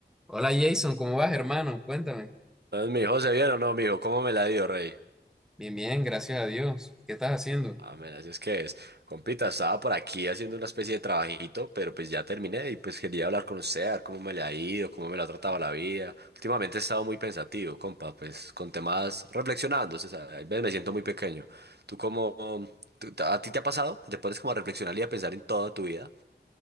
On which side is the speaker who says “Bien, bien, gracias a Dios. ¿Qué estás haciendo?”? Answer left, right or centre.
Centre